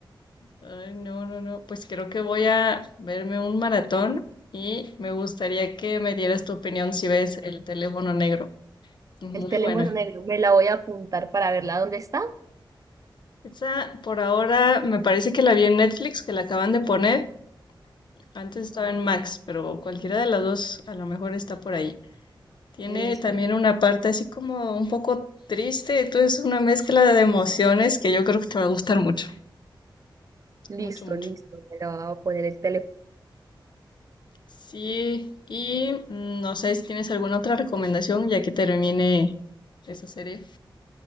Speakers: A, on the left (about 60°); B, on the right (about 40°).
A: Ay, no, no, no. Pues creo que voy a verme un maratón y me gustaría que me dieras tu opinión si ves El teléfono negro. Muy
B: El teléfono
A: buena.
B: negro, me la voy a apuntar para verla. ¿Dónde está?
A: Esa por ahora me parece que la vi en Netflix, que la acaban de poner. Antes estaba en Max, pero cualquiera de las dos a lo mejor está por ahí. Tiene
B: Listo,
A: también una parte así como un poco triste, entonces es una mezcla de emociones que yo creo que te va a gustar mucho,
B: listo,
A: mucho, mucho.
B: listo. Me la voy a poner el teléfono.
A: Sí, y mm, no sé si tienes alguna otra recomendación ya que termine esa serie.